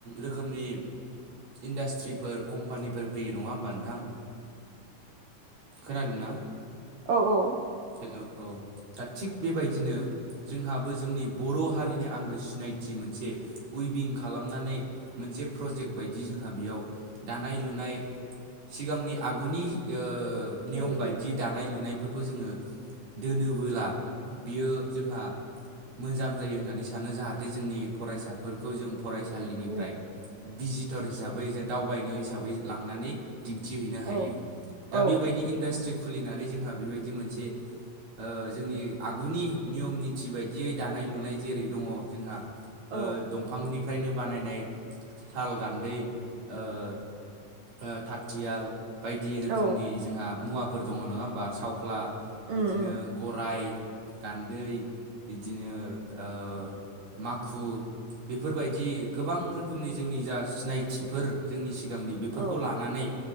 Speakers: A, on the right; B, on the right.
A: रोखोमनि इन्डास्ट्रिफोर कम्पानिफोर फैयो नङा होमबा नोंथां खोनादोंना
B: औ औ
A: हेल' औ। दा थिग बेबायदिनो जोंहाबो जोंनि बर' हारिनि आंगो सिनायथि मोनसे उइभिं खालामनानै मोनसे प्रजेक्ट बायदि जोंहा बेयाव दानाय लुनाय सिगांनि आगुनि नियम
B: उम
A: बायदि
B: उम
A: दानाय लुनाय फोरखौ जोङो दोनोबोला बियो जोंहा मोजां जायो होननानै सानो जाहाथे जोंनि फरायसाफोरखौ जों फरायसालिनिफ्राय
B: उम
A: भिजिटर हिसाबै जे दावबायनो हिसाबै लांनानै दिन्थिहैनो हायो।
B: औ
A: दा
B: औ
A: बेबायदि इन्डास्ट्रि खुलिनानै जोंहा बेबायदि मोनसे ओ जोंनि आगुनि नियम निथि बायदियै दानाय- लुनाय जेरै दङ जोंहा
B: औ
A: ओ दंफांनिफ्रायनो बानायनाय साल गान्दै, ओ ओ थाथियाल, बायदि रोखोमनि
B: औ
A: जोंहा मुवाफोर दङ नङा होमबा सावख्ला,
B: उम
A: बिदिनो
B: उम
A: गराइ गान्दै बिदिनो ओ माखु बेफोरबायदि गोबां रोखोमनि जोंनि जा सिनायथिफोर जोंनि सि गांनि बेफोरखौ
B: औ
A: लानानै